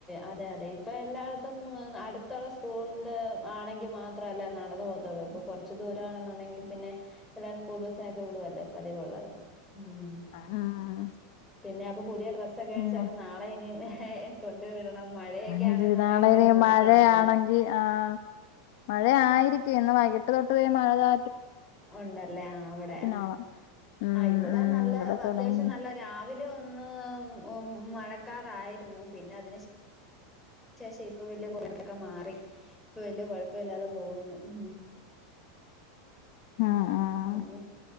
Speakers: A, in the centre; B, on the left (about 60°).
A: അതെ അതെ ഇപ്പൊ എല്ലായിടത്തും അടത്തൊള്ള സ്കൂള് ആണെങ്കി മാത്രല്ലേ നടന്നു പോകാത്തൊള്ളൂ ഇപ്പ കൊറച്ച് ദൂരാണെന്നുണ്ടെങ്ങി പിന്നെ എല്ലാരും സ്കൂൾ ബസ്സിനൊക്കെ വിടുവല്ലേ പതിവ് ഉള്ളത് ഉം
B: ആഹ്
A: പിന്നെ അപ്പൊ പുതിയ ഡ്രസ്സ് ഒക്കെ
B: പിന്നെ
A: <unintelligible> നാളെ ഇനിം <unintelligible> കൊണ്ട് വിടണം
B: അങ്ങനെ
A: ആണെന്നുണ്ടെങ്കിൽ
B: ഒരു നാളെ
A: പിന്നെ
B: ഇനി
A: നോക്കണ്ടല്ലേ
B: മഴയാണെങ്കി ആഹ് മഴ ആയിരിക് <unintelligible> ഇന്ന് വൈകിട്ട് തൊട്ട് ദേ മഴ ചാ
A: ഉണ്ടല്ലേ ആഹ് അവടെ ആഹ്
B: നാളെ ഉം
A: ആ ഇവടെ
B: ഉം
A: നല്ല
B: ഇവിടെ തുടങ്ങി
A: അത്യാവശ്യം നല്ല രാവിലെ ഒന്ന് ഒ മഴക്കാറായിരുന്നു പിന്നെ അതിന് ശേഷം ഇപ്പൊ വല്യ <unintelligible> മാറി ഇപ്പ വല്യ കോഴപ്പുല്ലാതെ പോകുന്നു ഉം
B: ആഹ് ആഹ്
A: പിന്നെ